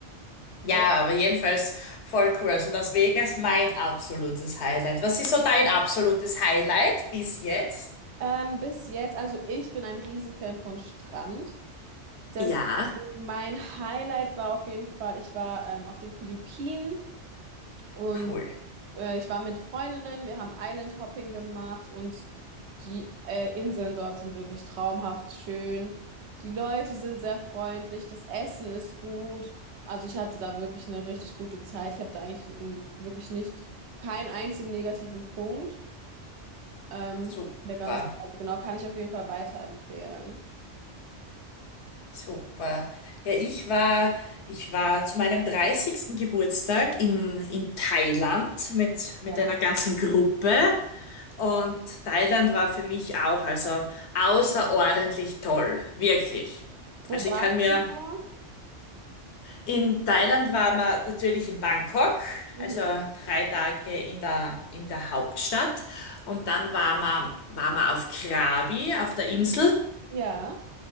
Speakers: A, on the left; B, on the right.
A: Ja,
B: Äh,
A: aber jedenfalls voll cool. Also Las Vegas, mein absolutes Highlight. Was ist so dein absolutes Highlight bis jetzt?
B: Ähm, bis jetzt, also ich bin ein Riesenfan von Strand. Deswegen
A: Ja.
B: mein Highlight war auf jeden Fall, ich war ähm, auf den Philippinen und
A: Cool.
B: äh, ich war mit Freundinnen, wir haben Island Hopping gemacht und die äh, Inseln dort sind wirklich traumhaft schön. Die Leute sind sehr freundlich, das Essen ist gut. Also ich hatte da wirklich eine richtig gute Zeit. Ich habe da eigentlich mm, wirklich nicht keinen einzigen negativen Punkt. Ähm,
A: Super.
B: der ganzen Zeit, genau, kann ich auf jeden Fall weiterempfehlen.
A: Super. Ja, ich war, ich war zu meinem dreißigsten Geburtstag in, in Thailand mit, mit
B: Ja.
A: einer ganzen Gruppe und Thailand war für mich auch also außerordentlich toll, wirklich.
B: Wo
A: Also
B: warst
A: ich kann mir,
B: du?
A: in Thailand war man natürlich in Bangkok,
B: Mhm.
A: also drei Tage in der, in der Hauptstadt und dann war man, war man auf Krabi, auf der Insel.
B: Ja.